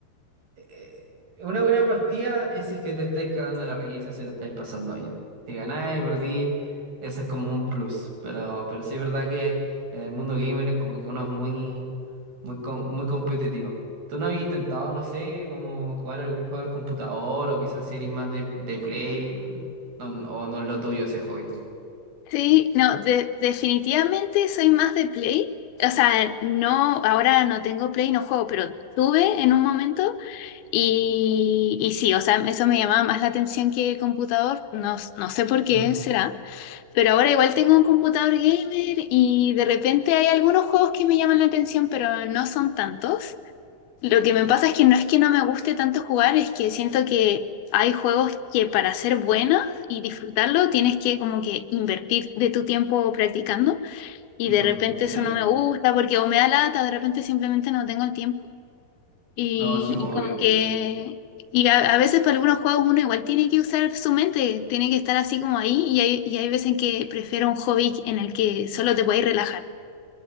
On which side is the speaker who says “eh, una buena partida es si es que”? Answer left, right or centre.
Right